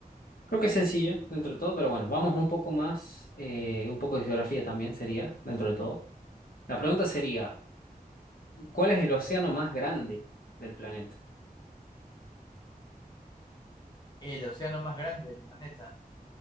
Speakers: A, on the left (about 70°); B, on the left (about 25°).
A: creo que es sencilla dentro de todo, pero bueno, vamos un poco más, eh, un poco de geografía también sería dentro de todo. La pregunta sería, ¿cuál es el océano más grande del planeta?
B: el océano más grande del planeta.